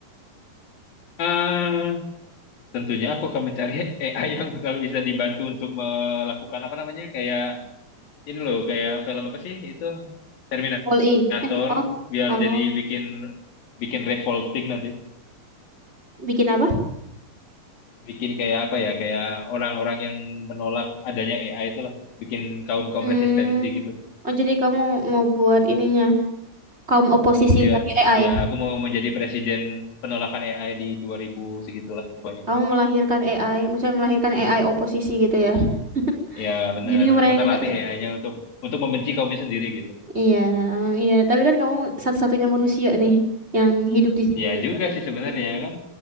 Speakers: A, on the left; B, on the right.
A: eh, tentunya aku akan mencari AI yang kalau bisa dibantu untuk melakukan apa namanya kayak ini loh kayak film apa sih itu Terminator
B: Poli. Eh, oh.
A: biar
B: oh.
A: jadi bikin bikin revolting nanti
B: Bikin apa?
A: bikin kayak apa ya kayak orang-orang yang menolak adanya AI itu loh bikin kaum-kaum
B: Hmm,
A: resistensi gitu
B: oh jadi kamu mau buat ininya kaum oposisi
A: membuat
B: tapi AI.
A: ya aku mau menjadi presiden penolakan AI di 2000 segitulah pokoknya
B: Kamu melahirkan AI, maksudnya melahirkan AI oposisi gitu ya. <laughs>
A: Ya benar,
B: Jadi mereka
A: aku ntar latih AI-nya untuk untuk membenci kaumnya sendiri gitu.
B: iya, iya, tapi kan kamu satu-satunya manusia nih yang hidup di situ
A: Ya
B: gitu
A: juga
B: kan. <laughs>
A: sih sebenarnya
B: Iya,
A: kan.